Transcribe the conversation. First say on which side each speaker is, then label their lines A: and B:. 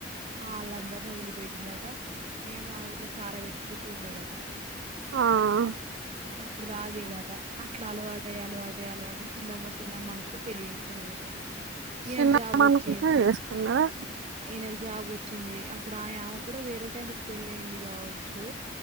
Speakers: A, on the right; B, on the right.
A: అళ్ళందరిని వదిలిపెట్టిండట. ఇమే ఆ ఊర్లో సారా పెట్టుకుంటూ ఉండేదట.
B: అహ్
A: ఈనప్పుడు తాగేదట. అట్లా అలవాట అయ్యి అలవాట అయ్యి అలవాట అయ్యి చిన్నమ్మ చిన్నమ్మ అనుకుంటు. పెళ్లి చేేసుకున్నారు ఇద్దరు ఈయనకు
B: సిన్నమ్మ
A: జాబ్ వచ్చి
B: అనుకుంటనే చేసుకున్నారా.
A: ఈయనకు జాబ్ వచ్చింది. అప్పుడు ఆయ్ ఆమె కూడా వేరే టాయనతో పెళ్లి అయింది కావచ్చు.